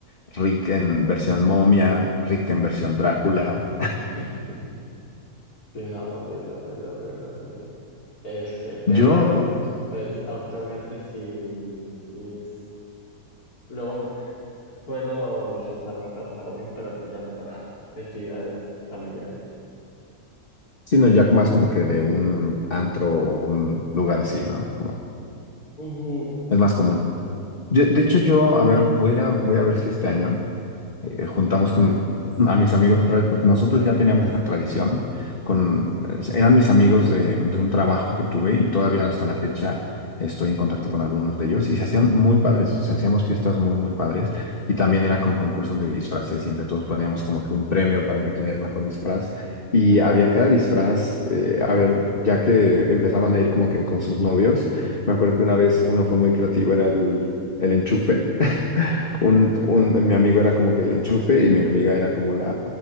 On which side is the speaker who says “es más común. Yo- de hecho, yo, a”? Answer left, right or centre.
Left